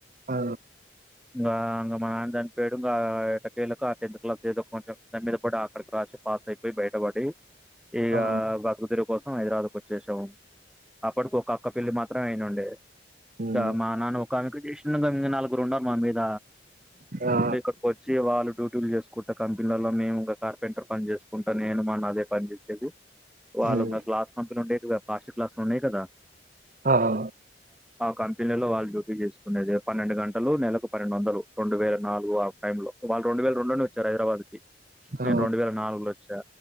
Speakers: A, on the right (about 45°); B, in the centre.
A: ఆ
B: ఇగా మా నాన్న చనిపో పేడుకా ఎట్టా కెలాకు ఆ టెన్త్ క్లాస్ ఏదో కొంచం దగ్గర పడి అక్కడికి రాసి పాస్ అయిపోయి, బయటపడి ఇగా
A: ఆ
B: బతుకు తెరువు కోసం హైదరాబాద్ వచ్చేసాం. అప్పటికి ఒక అక్క పెళ్ళి మాత్రమే అయినుండే
A: మ్
B: ఇగా మా నాన్న తనకు <unintelligible> నాలుగురు ఉండమ్ మేమ్
A: ఆ
B: ఇక్కడికి వచ్చి వాళ్ళు డ్యూటీలు చేసు కొత్త కంపెనీలలో మేము ఒక కార్పెంటర్ పని చేసుకుంటా నేను మా నాన్న అదే పని చేసేది. వాళ్ళ
A: మ్
B: దా గ్లాస్ పాస్టిక్ గ్లాస్ లు ఉన్నాయి కదా
A: ఆ ఆ
B: ఆ కంపెనీలో వాళ్ళు డ్యూటీ చేసుకునేది. పన్నెండు గంటలు నెలకు పన్నెండు వందలు, రెండు వేల నాలుగు ఆ టైంలో వాళ్ళు రెండు వేల రెండు లోనే వచ్చారు. హైదరాబాద్ కి
A: ఆ
B: నేను రెండు వేల నాలుగులో వచ్చా.